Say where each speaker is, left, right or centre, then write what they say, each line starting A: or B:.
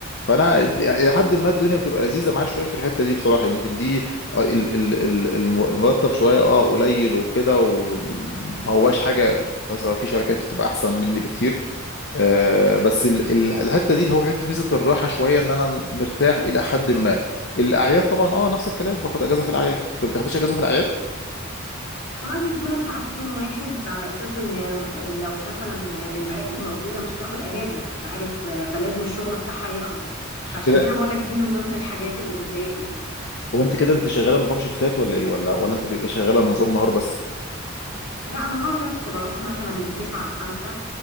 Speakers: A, on the left; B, on the left.
A: فانا الى حد ما الدنيا بتبقى لذيذه معايا شويه في الحته دي بصراحه يمكن دي آه، ال... ال... ال- الم- المرتب شويه اه قليل وكده وما هواش حاجه مثلا في شركات بتبقى احسن مني بكتير آه، بس ال- ال- الحته دي اللي هو حته ميزه الراحه شويه ان انا مرتاح الى حد ما الاعياد طبعا اه نفس الكلام باخد اجازه في الاعياد انت ما بتاخدش اجازه في الاعياد
B: طبعا بيدونا ساعات يوم واحد على اساس ان لو مثلا المراكب موجوده مش هتاخد اجازه انت عارف فلازم الشغل بتاعها يخلص فعشان
A: كده
B: كده بقول لك دي من ضمن الحاجات اللي بتضايقني يعني
A: هو انت كده انت شغاله نظام شيفتات ولا ايه ولا ولا انت بيبقى شغاله نظام نهار بس
B: لا نهار بس بروح مثلا من 9 ل 5